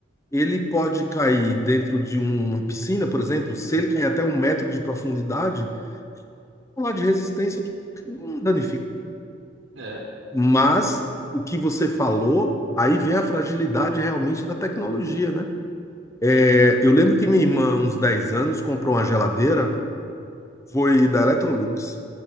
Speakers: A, on the left; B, on the right.
A: ele pode cair dentro de uma piscina, por exemplo, se ele cair até um metro de profundidade, o celular de resistência tipo, não danifica.
B: É.
A: Mas
B: Oi.
A: o que você falou, aí vem a fragilidade realmente da tecnologia, né?
B: Uhum.
A: É, eu lembro que minha irmã, uns 10 anos, comprou uma geladeira, foi da Electrolux,